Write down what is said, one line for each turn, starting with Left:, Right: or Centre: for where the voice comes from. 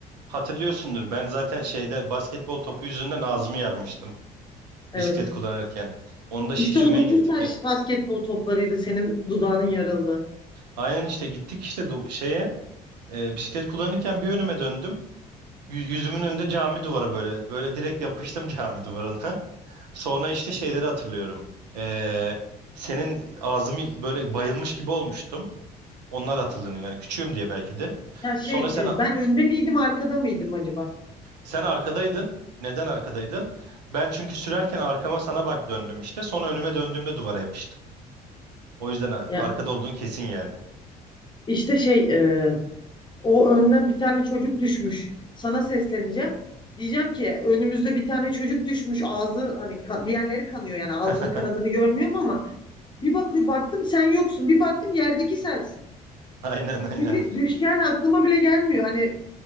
Right: hatırlıyorsundur. Ben zaten şeyde basketbol topu yüzünden ağzımı yarmıştım.
Left: Evet.
Right: Bisiklet kullanırken. Onu da şişirmeye
Left: İşte o dokuz
Right: gittik
Left: taş
Right: ya.
Left: basketbol toplarıydı senin dudağının yarıldığı.
Right: Aynen işte gittik işte do- şeye e, bisiklet kullanırken bir önüme döndüm. Yü- Yüzümün önünde cami duvarı böyle. Böyle direkt yapıştım cami duvarına. <laughs> Sonra işte şeyleri hatırlıyorum. Ee, senin ağzımı böyle bayılmış gibi olmuştum. Onlar hatırlanıyor. Yani küçüğüm diye belki de.
Left: Ya şey
Right: Sonra sen
Left: e, ben önde miydim arkada mıydım acaba?
Right: sen arkadaydın. Neden arkadaydın? Ben çünkü sürerken arkama sana bak döndüm işte. Sonra önüme döndüğümde duvara yapıştım. O yüzden arkada
Left: Ya
Right: olduğun kesin yani.
Left: işte şey e, o önüne bir tane çocuk düşmüş. Sana sesleneceğim. Diyeceğim ki önümüzde bir tane çocuk düşmüş. Ağzı hani ka- diğerleri kanıyor yani ağzının
Right: <laughs>
Left: kanadını görmüyorum ama bir bakıyor baktım sen yoksun. Bir baktım yerdeki sensin.
Right: Aynen aynen.
Left: Çünkü düşeceğini aklıma bile gelmiyor. Hani